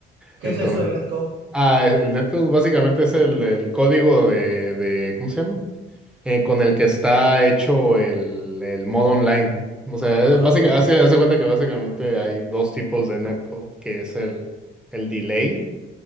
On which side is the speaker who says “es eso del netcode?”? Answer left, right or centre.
Right